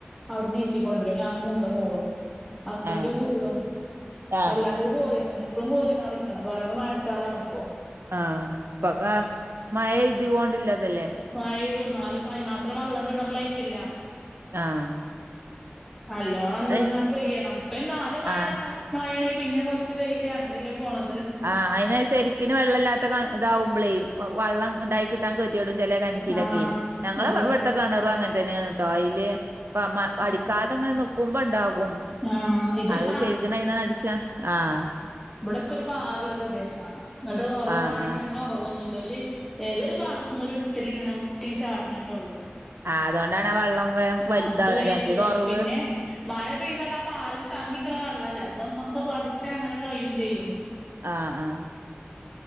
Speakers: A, in the centre; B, on the right.
A: അവിട്നേറ്റിക്കൊണ്ടുവരും ഞാനും മൂത്ത മോളും ഹസ്ബന്റും
B: ആഹ്
A: കൂടും
B: ആഹ്
A: അല്ലാത്തത് കോറിന്നന്നെ പ്പളും കോറിന്നാ അടിക്കണത് പറയുമ്പോ മഴക്കാലാണ്പ്പോ
B: ആഹ് പക മഴ ഇത് കൊണ്ടില്ലതല്ലേ
A: മഴതിന്നാലും അതിന് മാത്രം വെള്ളം കിണറിലായിട്ടില്ല
B: ആഹ്
A: നല്ലോണൊന്ന്
B: അത്
A: ആണ്ട് പെയ്യണം ഇപ്പൊ നാല് മഴ
B: ആഹ്
A: മഴേണെങ്കിൽ പിന്നെ കൊർച്ച് വയ്യില് അങ്ങനെയല്ലേ പോണത്
B: ആഹ് അയിന് ശരിക്കിന് വെള്ളം ഇല്ലാത്ത ഇതാവുമ്പോളേയ് വള്ളംണ്ടായികി ട്ടാൻ കെതിയെടും ചെലേ കെൻറ്റിലൊക്കേയ്
A: ആഹ്
B: ഞങ്ങളെവിട്ത്തെ
A: അതെ.
B: കെണറും അങ്ങൻതന്നേണ് ട്ടോ അയ്ല് <unintelligible> അമ്മ അടിക്കാതങ്ങനെ
A: ഉം
B: നിക്കുമ്പോണ്ടാകും
A: ആ ഇതൊരു
B: അത് ചെയ്ത് ന്നയ്ഞാ അടി ച്ചഹ് ആഹ്
A: ഇബടൊക്കെ ഒരു പാറള്ള പ്രദേശാണ് ഇങ്ങട് ഒറവാണെങ്കിൽ
B: ആഹ് ആഹ്
A: അങ്ങനെ ഒറ പോവൊന്നുല്ല ഒരു ഏതൊരു ഭാഗത്ത് നിന്ന് ഒരു ഉറ്റലിങ്ങനെ ഉറ്റിചാട്നന്നെഉള്ളൂ
B: ആ അതോണ്ടാണ് ആ വള്ളം വേ വലിതാവണത്
A: അപ്പൊ വേഗം
B: ചെയ്ത് മറ്റേതൊറവ്
A: കഴിയാണ്. പിന്നെ മഴ പെയ്താണ്ട് ആ പാറൽ തങ്ങിക്ക്ണ വള്ളല്ലേ അതൊന്നും പൊ അടിച്ച അങ്ങനൊരു കയ്യും ചെയ്യും
B: ആഹ് ആഹ്